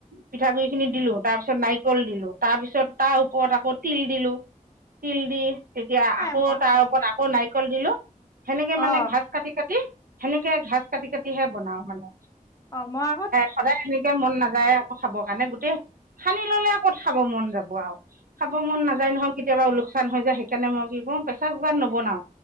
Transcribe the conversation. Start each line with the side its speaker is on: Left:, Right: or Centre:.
Right: পিঠাগুৰি খিনি দিলো তাৰপিছত নাৰিকল দিলো তাৰপিছত তাৰ ওপৰত আকৌ তিল দিলো তিল দি এতিয়া
Left: নাই
Right: আকৌ
Left: মই
Right: তাৰ ওপৰত আকৌ নাৰিকল দিলো সেনেকে
Left: অ
Right: মানে ঘাছ কাটি কাটি সেনেকে ঘাচ কাটি কাটিহে বনাও মানে
Left: অ মই আকৌ
Right: সদায়। সদায় হেনেকে মন নাযায় আকৌ খাব কাৰণে গোটেই সানি ললে ক'ত খাব মন যাব আও খাব মন নাযায় নহয় কেতিয়াবা উ লোকচান হৈ যায় সেইকাৰণে মই কি কৰোঁ পেচাৰ কুকাৰত নবনাও।